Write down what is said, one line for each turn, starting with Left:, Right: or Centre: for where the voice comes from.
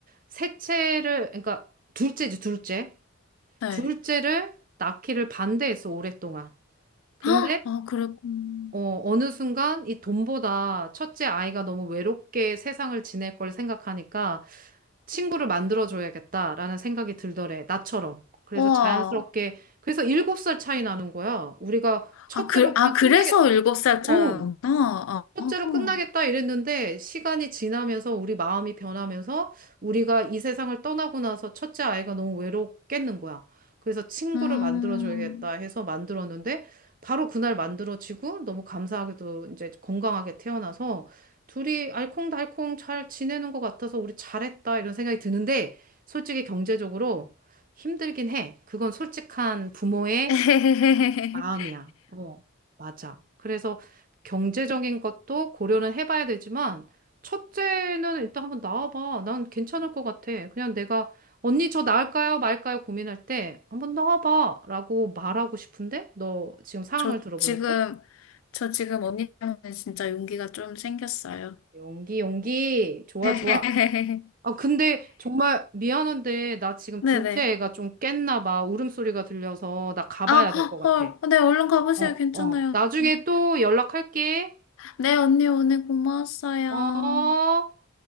Right: 셋째를, 그러니까 둘째지, 둘째.
Left: 네.
Right: 둘째를 낳기를 반대했어, 오랫동안. 근데,
Left: 헉! 아, 그랬군.
Right: 어, 어느 순간 이 돈보다 첫째 아이가 너무 외롭게 세상을 지낼 걸 생각하니까 친구를 만들어줘야겠다라는 생각이 들더래. 나처럼. 그래서
Left: 우와.
Right: 자연스럽게, 그래서 일곱 살 차이 나는 거야. 우리가 첫째로
Left: 아, 그,
Right: 그냥
Left: 아, 그래서
Right: 끝내겠다.
Left: 일곱 살짜리구나.
Right: 어.
Left: 아,
Right: 첫째로
Left: 어.
Right: 끝나겠다 이랬는데 시간이 지나면서 우리 마음이 변하면서 우리가 이 세상을 떠나고 나서 첫째 아이가 너무 외롭겠는 거야. 그래서 친구를
Left: 음.
Right: 만들어줘야겠다 해서 만들었는데 바로 그날 만들어지고 너무 감사하게도 이제 건강하게 태어나서 둘이 알콩달콩 잘 지내는 것 같아서 우리 잘했다 이런 생각이 드는데 솔직히 경제적으로 힘들긴 해. 그건 솔직한 부모의
Left: <laughs>
Right: 마음이야. 어, 맞아. 그래서 경제적인 것도 고려는 해봐야 되지만, 첫째는 일단 한번 나와봐. 난 괜찮을 것 같아. 그냥 내가, 언니 저 나을까요? 말까요? 고민할 때, 한번 나와봐. 라고 말하고 싶은데? 너 지금 상황을
Left: 저
Right: 들어보니까?
Left: 지금, 저 지금 언니 때문에 진짜 용기가 좀 생겼어요.
Right: 용기, 용기. 좋아,
Left: <laughs>
Right: 좋아. 아, 근데 정말 미안한데, 나 지금
Left: 네네.
Right: 둘째 애가 좀 깼나 봐. 울음소리가 들려서 나 가봐야
Left: 아,
Right: 될 것 같아.
Left: 헐. 네, 얼른 가보세요.
Right: 어,
Left: 괜찮아요.
Right: 어. 나중에
Left: 음,
Right: 또 연락할게.
Left: 네, 언니, 오늘 고마웠어요.
Right: 어,